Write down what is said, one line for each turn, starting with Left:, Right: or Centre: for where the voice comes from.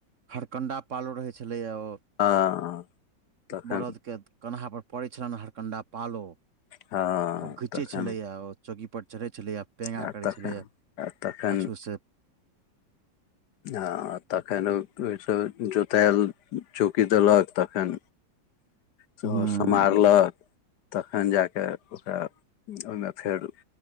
Right: हरकंडा पालो रहे छले यऽ ओ
Left: हँ तखन
Right: बरद केँ कन्हा पर पड़े छलैनि हरकंडा पालो
Left: हँ
Right: आ ओ घीचे
Left: तखन
Right: छले य ओ चौकी पर चढ़े छलैय पेना
Left: आ
Right: करै
Left: तखन
Right: छलै यऽ
Left: आ तखन
Right: पाछू सँ
Left: हँ तखैन उ ओहिसँ जोतायल चौकि देलक तखैन से ओ
Right: हुँ
Left: समारलक तखैन जा कऽ ओकरा ओहिमे फेर